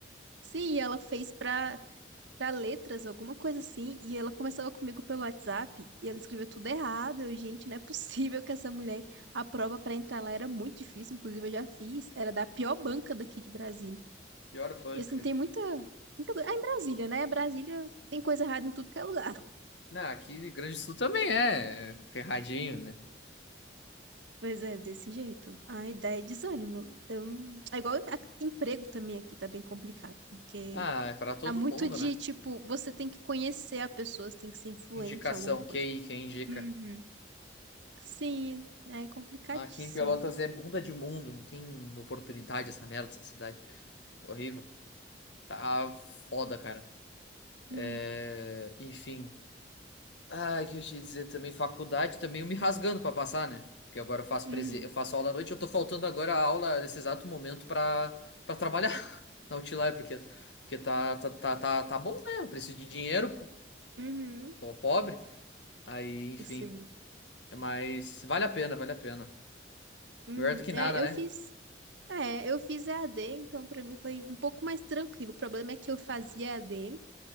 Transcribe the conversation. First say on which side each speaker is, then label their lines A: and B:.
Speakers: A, on the right; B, on the left.
A: Sim, e ela fez pra pra letras, alguma coisa assim, e ela começava comigo pelo WhatsApp e ela escreveu tudo errado. Eu, gente, não é possível que essa mulher. A prova pra entrar lá era muito difícil, inclusive eu já fiz, era da pior banca daqui de Brasília.
B: Pior banca.
A: E assim, tem muita. muita... coisa- Ah, em Brasília, né? Brasília tem coisa errada em tudo que é lugar. <laughs>
B: Não, aqui Grande Sul também é ferradinho, né?
A: Pois é, desse jeito. A ideia é desânimo. Eu... não- É igual em- a- emprego também aqui, tá bem complicado, porque.
B: Ah, é pra todo
A: Há muito
B: mundo,
A: de,
B: né?
A: tipo, você tem que conhecer a pessoa, você tem que ser influente
B: Indicação,
A: em alguma coisa.
B: QI, quem indica?
A: Uhum. Sim, é complicadíssimo.
B: Ah, Aqui em Pelotas é bunda de mundo, não tem oportunidade essa merda, essa cidade. Horrível. Tá foda, cara. É...
A: Hum,
B: Enfim. Ah, o que eu ia te dizer também, faculdade também eu me rasgando pra passar, né? Porque agora eu faço,
A: uhum,
B: prese... eu faço aula à noite, eu tô faltando agora a aula nesse exato momento pra, pra trabalhar <laughs> na Utilar, porque, porque tá, tá, tá, tá, tá bom, né? Eu preciso de dinheiro, pô.
A: uhum,
B: Tô pobre. Aí, enfim.
A: Sim.
B: Mas vale a pena, vale a pena.
A: uhum.
B: Melhor do que nada,
A: É, eu
B: né?
A: fiz, é, eu fiz EAD, então para mim foi um pouco mais tranquilo. O problema é que eu fazia EAD